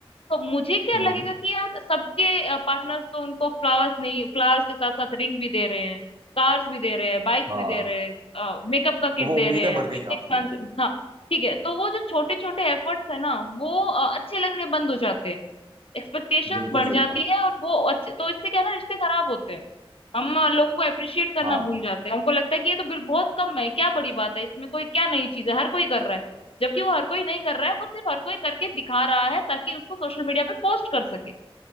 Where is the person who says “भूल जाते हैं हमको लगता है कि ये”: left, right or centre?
Left